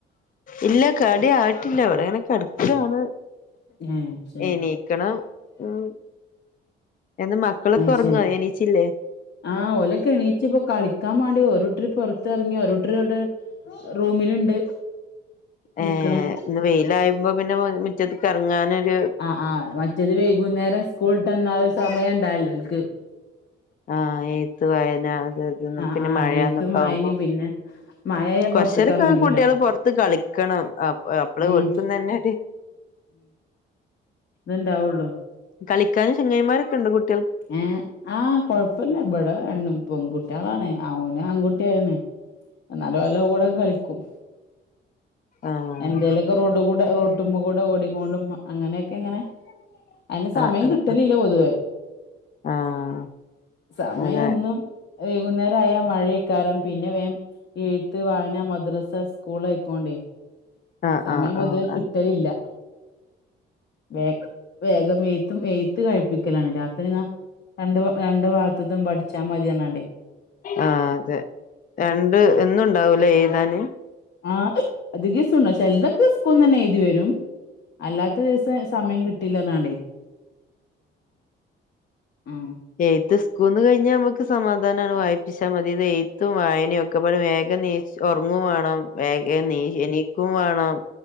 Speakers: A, on the left; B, on the left.
A: ഇല്ല കടി ആയിട്ടില്ല ഇവിടെങ്ങനെ കേട്ക്കാണ്
B: ഏഹ് ശരി
A: എനി ക്കണം ഉം ഇന്ന് മക്കളൊക്കെ
B: അയ്
A: ഒറങ്ങ
B: ശരി
A: എനീച്ചില്ലേ?
B: ആഹ് ഒലെക്കെ എണീറ്റ് ഇപ്പൊ കളിക്കാൻ വേണ്ടി ഓരുട്ടര് പോർത്തറങ്ങി ഓരുട്ടര് ഇവിടെ ഇ റൂമില്ണ്ട്
A: ഏഹ്
B: നിക്ണ്
A: ഇന്ന് വെയിലായപ്പോ പിന്നെ മിറ്റത്ത്ക്ക് ഇറങ്ങാനൊരു
B: ആഹ് ആഹ് മറ്റേത് വൈകുന്നേരം സ്കൂൾട്ടന്ന ഒരു സമയം ഇണ്ടല്ണ്ടോ ഓൽക്ക്
A: ആഹ് എഴ്ത്ത് വായന അത് ഇത്
B: ആഹ്
A: പിന്നെ
B: ആഹ്
A: മഴന്നൊക്കെ
B: എഴുത്തും വായനിം
A: ആകുമ്പോ
B: പിന്നെ മഴായാ
A: കൊർചേരക്കെ
B: പൊറത്ത്ക്കെറങ്ങലൂല്ല
A: കുട്ടികള് പോർത്ത് കളിക്കണം അപളാ
B: ഉം
A: ഓൽക്കും തന്നെ
B: ഇത് ണ്ടാവുള്ളൂ
A: കളിക്കാനും ചങ്ങയ്ന്മാരൊക്കെണ്ട് കുട്ടി
B: ഏഹ് ആഹ് കൊഴപ്പല്ല ഇവിടെ എണ് പെൺകുട്ട്യാളാണ് ഓന് ആൺകുട്ടിയായിന്ന് എന്നാലും ഓലെ കൂടെക്കെ കളിക്കും
A: ആഹ്
B: എന്തേലൊക്കെ റോട്ട് കൂടെ റോട്ടുമ്മ കൂടെ ഓടിക്കൊണ്ടും അങ്ങനെ ക്കെ ഇങ്ങനെ അതിന് സമയം
A: ആഹ് ആഹ്
B: കിട്ടലില്ല പൊതുവേ
A: ആഹ് ആഹ്
B: സമയെന്നും
A: അതെ
B: വൈകുന്നേരായ മഴെക്കാരം പിന്നെ വേം എഴ്ത്ത്, വായനാ, മദ്രസ, സ്കൂള്, ആയ്ക്കോണ്ടേ
A: ആഹ്
B: സമയം
A: ആഹ്
B: പൊതുവെ
A: ആഹ് ആഹ്
B: കിട്ടലില്ല വേഗം വേഗം എഴ്ത്തും എഴുത്ത് കഴിപ്പിക്കലാണ് രാത്രി എന്നാ രണ്ട് രണ്ടു ഭാഗത്ത്ത്തും പഠിച്ചാ മതി പർഞണ്ടേ
A: ആഹ് അതെ രണ്ട് എന്നും ഇണ്ടാവൂലേ എഴ്താന്
B: ആഹ് അതികിസും ചേൽതൊക്കെ സ്കൂൾ ന്നന്നെ എഴുതി വെരും അല്ലാത്ത ദിവസം സമയം കിട്ടില്ല പർഞ്ഞാണ്ടെ ഉം
A: എയ്ത്ത് സ്കൂൾന്ന് കഴിഞ്ഞാ നമ്മക്ക് സമാധാനാണ് വായ്പിച്ചാ മത് എഴുത്തും വായനൊക്കെ പാടെ വേഗം നീച് ഒർങ്ങും വാണം വേഗം നീ എണീ കും വാണം